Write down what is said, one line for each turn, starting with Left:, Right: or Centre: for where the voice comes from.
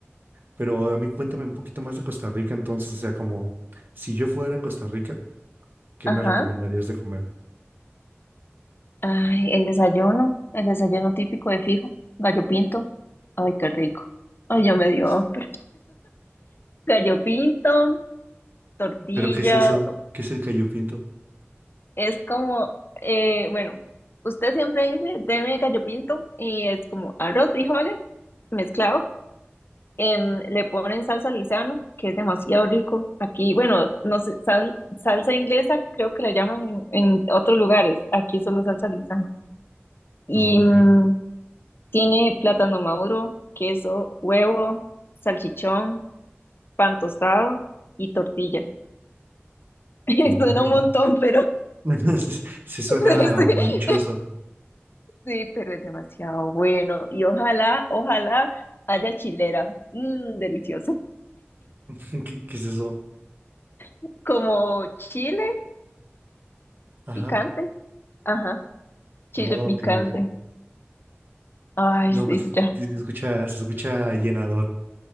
Right: Pero a mí cuéntame un poquito más de Costa Rica, entonces, o sea, como si yo fuera a Costa Rica, ¿qué
Left: Ajá.
Right: me recomendarías de comer?
Left: Ay, el desayuno, el desayuno típico de fijo, gallo pinto. Ay, qué rico. Ay, ya me dio
Right: Pues,
Left: hambre. Gallo pinto tortilla,
Right: ¿Pero qué es eso? ¿Qué es el gallo pinto?
Left: Es como, eh, bueno, usted siempre dice, deme gallo pinto, y es como arroz, frijoles, mezclado. em, le ponen salsa Lizano, que es demasiado rico. Aquí, bueno, no sé, sal- salsa inglesa creo que la llaman en otros lugares. Aquí solo salsa Lizano. Y
Right: Ok.
Left: mm, tiene plátano maduro, queso, huevo, salchichón, pan tostado y tortilla. <laughs>
Right: Mm.
Left: Suena un montón, pero
Right: <laughs> Se se suena
Left: <laughs> sí,
Right: monchoso.
Left: Sí, pero es demasiado bueno. Y ojalá, ojalá haya chilera. Mm, delicioso.
Right: <laughs> ¿Qué, qué es eso?
Left: <laughs> Como chile
Right: Ajá.
Left: picante. Ajá, chile
Right: Ok,
Left: picante.
Right: ok.
Left: Ay,
Right: No,
Left: sí,
Right: pues
Left: ya.
Right: sí se escucha, se escucha llenador.